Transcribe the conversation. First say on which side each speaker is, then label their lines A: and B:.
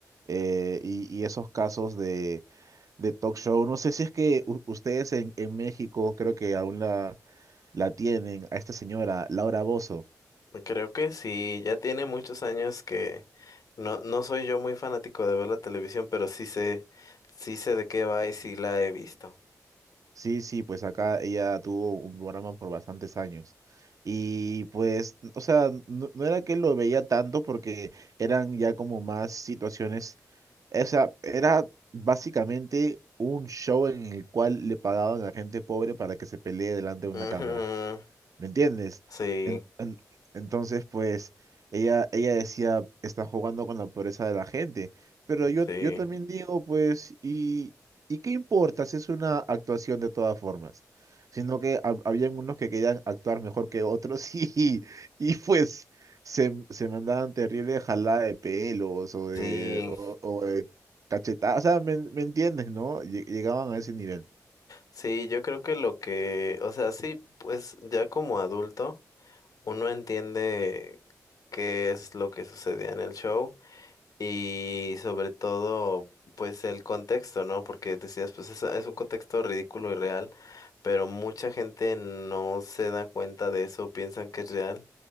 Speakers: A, on the right; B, on the left.
A: eh, y, y esos casos de, de talk show. No sé si es que u- ustedes en, en México creo que aún la, la tienen, a esta señora, Laura Bozo.
B: Creo que sí, ya tiene muchos años que no, no soy yo muy fanático de ver la televisión, pero sí sé, sí sé de qué va y sí la he visto.
A: Sí, sí, pues acá ella tuvo un programa por bastantes años. Y pues, o sea, no, no era que lo veía tanto porque eran ya como más situaciones, o sea, era básicamente un show en el cual le pagaban a gente pobre para que se pelee delante de una
B: Ujú,
A: cámara. ¿Me entiendes?
B: Sí,
A: En- en- entonces, pues, ella, ella decía, está jugando con la pobreza de la gente. Pero yo,
B: sí,
A: yo también digo, pues, ¿y, y qué importa si es una actuación de todas formas? Sino que hab- habían unos que querían actuar mejor que otros <laughs> y, y pues se, se mandaban terrible jalada de pelos o de,
B: sí,
A: o, o de cachetadas. O sea, ¿me, me entiendes, no? Lle- Llegaban a ese nivel.
B: sí, yo creo que lo que, o sea, sí, pues ya como adulto uno entiende qué es lo que sucedía en el show. Y sobre todo, pues el contexto, ¿no? Porque decías, pues es, es un contexto ridículo y real, pero mucha gente no se da cuenta de eso, piensan que es real